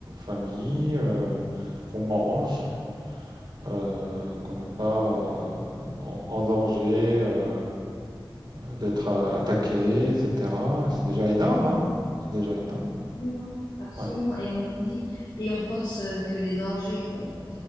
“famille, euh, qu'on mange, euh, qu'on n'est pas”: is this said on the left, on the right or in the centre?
Right